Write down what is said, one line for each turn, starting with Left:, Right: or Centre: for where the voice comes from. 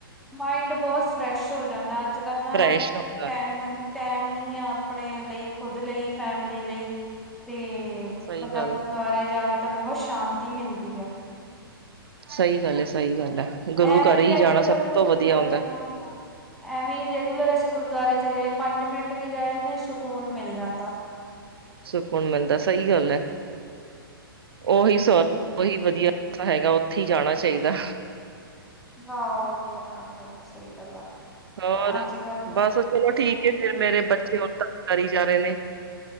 Centre: ਮਾਇੰਡ ਬਹੁਤ ਫਰੈਸ਼ ਹੋ ਜਾਂਦਾ ਅੱਜ ਕੱਲ ਨਾ
Right: ਫਰੈਸ਼ ਹੁੰਦਾ
Centre: ਟੈਮ ਟੈਮ ਨੀ ਆ ਆਪਣੇ ਲਈ ਖੁਦ ਲਈ ਫੈਮਲੀ ਲਈ ਤੇ
Right: ਸਹੀ
Centre: ਬੰਦਾ
Right: ਗੱਲ
Centre: ਕੁ ਗੁਰੂਦੁਆਰੇ ਜਾਵੇ ਤਾਂ ਬਹੁਤ ਸ਼ਾਂਤੀ ਮਿਲਦੀ ਆ
Right: ਸਹੀ ਗੱਲ ਹੈ ਸਹੀ ਗੱਲ ਹੈ ਗੁਰੂ
Centre: ਐਵੇਂ
Right: ਘਰ ਹੀ
Centre: ਰੈਗੂਲਰ
Right: ਜਾਣਾ ਸਭ
Centre: ਗੁਰਦੁਆਰੇ
Right: ਤੋਂ ਵਧੀਆ ਹੁੰਦਾ
Centre: ਹਾਂ ਐਵੇਂ ਰੈਗੂਲਰ ਅਸੀਂ ਗੁਰਦੁਆਰੇ ਚਲੇ ਪੰਜ ਮਿੰਟ ਵੀ ਜਾਨੇ ਸਕੂਨ ਮਿਲ ਜਾਂਦਾ
Right: ਸੁੂਨ ਮਿਲਦਾ ਸਹੀ ਗੱਲ ਹੈ ਉਹੀ ਸੋ ਉਹੀ ਵਧੀਆ ਹੈਗਾ ਉੱਥੇ ਹੀ ਜਾਣਾ ਚਾਹੀਦਾ
Centre: ਹਾਂ ਉਹੀ ਆ ਗੱਲ ਸਹੀ ਗੱਲ ਆ
Right: ਹੋਰ
Centre: ਅੱਜ ਕੱਲ
Right: ਬਸ ਚਲੋ
Centre: ਕਿਸੇ
Right: ਠੀਕ
Centre: ਨੂੰ
Right: ਫਰ ਮੇਰੇ ਬੱਚੇ ਹੋਰ ਤ ਕਰੀ ਜਾ ਰਹੇ ਨੇ